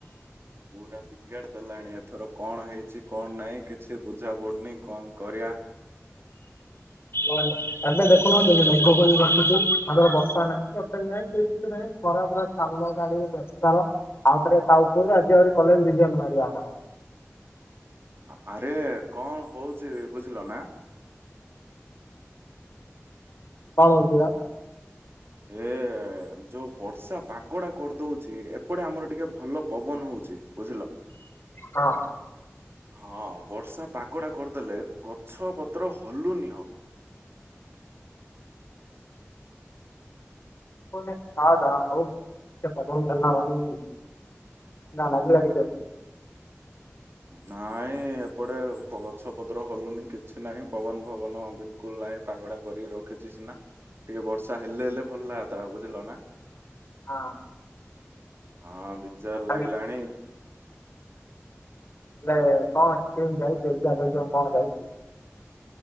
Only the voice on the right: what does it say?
ପୁରା ବିଗାଡି ଦେଲାଣି ଏଥର କଣ ହେଇଚି କଣ ନାଇଁ କିଛି ବୁଝା ପଡୁନି କଣ କରିଆ।
ଆ-ଆରେ କଣ ହଉଚି ବୁଝିଲ ନା।
ଏ ଯୋଉ ବର୍ଷା ପାଗ ଟା କରିଦଉଚି ଏପଟେ ଆମର ଟିକେ ଭଲ ପବନ ହଉଚି ବୁଝିଲ।
ହଁ ବର୍ଷା ପାଗ ଟା କରିଦେଲେ ଗଛ ପତ୍ର ହଲୁନି ଆଉ।
ନାଇଁ ଏପଟେ ପ ଗଛ, ପତ୍ର ହଲୁନି କିଛି ନାଇଁ ପବନ ଫବନ ବିଲକୁଲ ନାଇଁ ପାଗ ଟା। କରିକି ରଖିଛି ସିନା ଟିକେ ବର୍ଷା ହେଲେ ହେଲେ ଭଲ ଲାଗତା ବୁଝିଲ ନା।
ହଁ ବିଜାର
ଲାଗିଲାଣି